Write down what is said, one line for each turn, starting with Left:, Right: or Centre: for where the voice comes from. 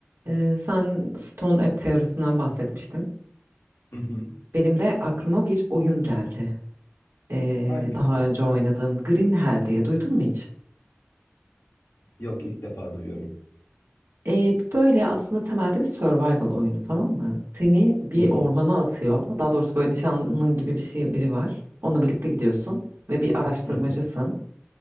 Right: Ee, sen Stone App teorisinden bahsetmiştin.
Left: Hı hı.
Right: Benim de aklıma bir oyun geldi. Ee,
Left: Hangisi?
Right: daha önce oynadığım Green Hell diye duydun mu hiç?
Left: Yok ilk defa duyuyorum.
Right: Ee, böyle aslında temelde bir survival oyunu tamam mı? Seni bir
Left: Hı hı.
Right: ormana atıyor. Daha doğrusu böyle nişanlının gibi bir şey biri var. Onunla birlikte gidiyorsun ve bir araştırmacısın.
Left: Hı hı.